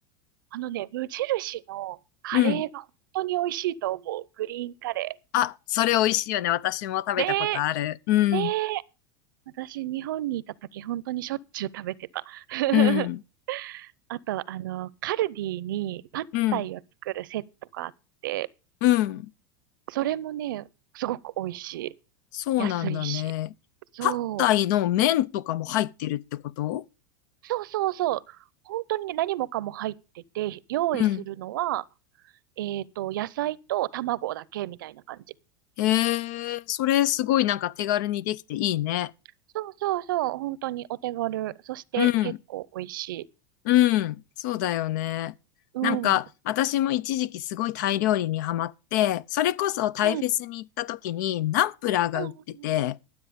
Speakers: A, on the right; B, on the left.
A: あのね、無印のカレーが本当に美味しいと思う。
B: うん。
A: グリーンカレ
B: あ、それ美味しいよね。私も食べたことある。
A: ー。ね
B: うん、
A: え、ねえ。私日本にいた時本当にしょっちゅう食べてた。<laughs>
B: うん、
A: あと、あの、カルディにパッタイを作るセットがあって、
B: うん、うん。
A: それもね、すごく美味し
B: そうなんだね。
A: い。安いし。そう。
B: パッタイの麺とかも入ってるってこと
A: そうそうそう。本当にね、何もかも入ってて、用意するのは、
B: うん。
A: えっと、野菜と卵だけみたいな感じ。
B: へえ、それすごいなんか手軽にできていいね。
A: そうそうそう。本当にお手軽。そして結構美味しい。
B: うん。うん。そうだよね。
A: うん。
B: なんか、
A: う
B: 私も一時期すごいタイ料理にハマって、それこそタイフェスに行った時にナンプラーが売ってて、
A: ん。うん。うん